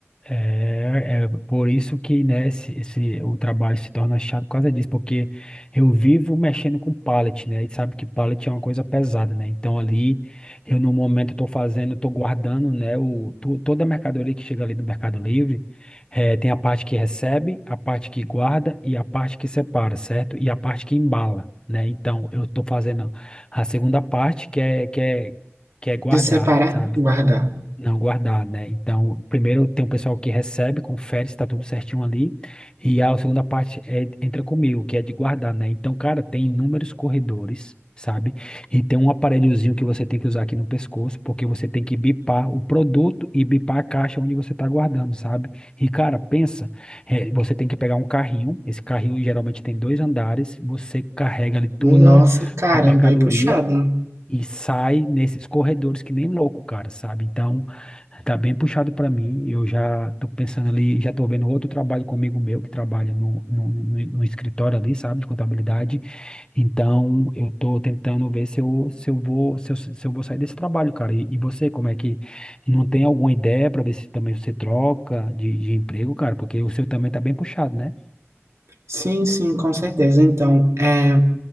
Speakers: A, on the left; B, on the right.
A: É, é por isso que, né, esse, esse- o trabalho se torna chato por causa disso, porque eu vivo mexendo com pallet, né, e sabe que pallet é uma coisa pesada, né, então ali, eu no momento estou fazendo, estou guardando, né, o, to- toda a mercadoria que chega ali do Mercado Livre, eh, tem a parte que recebe, a parte que guarda e a parte que separa, certo? E a parte que embala, né, então eu estou fazendo a segunda parte, que é, que é, que é guardar,
B: de separar,
A: sabe?
B: e guardar.
A: Não guardar, né? Então, primeiro tem um pessoal que recebe, confere se está tudo certinho ali. E a segunda parte é, entra comigo, que é de guardar, né? Então, cara, tem inúmeros corredores, sabe? E tem um aparelhozinho que você tem que usar aqui no pescoço, porque você tem que bipar o produto e bipar a caixa onde você está guardando, sabe? E, cara, pensa, eh, você tem que pegar um carrinho. Esse carrinho geralmente tem dois andares, você carrega ali toda
B: Nossa, caramba,
A: a mercadoria.
B: bem puxada.
A: E sai nesses corredores que nem louco, cara, sabe? Então, Tá bem puxado para mim. Eu já tô pensando ali, já tô vendo outro trabalho comigo meu que trabalha no, no, no- no escritório ali, sabe, de contabilidade. Então, eu tô tentando ver se eu, se eu vou, se eu, se eu vou sair desse trabalho, cara. E, e você, como é que não tem alguma ideia para ver se também você troca de, de emprego, cara? Porque o seu também tá bem puxado, né?
B: Sim, sim, com certeza. Então, é,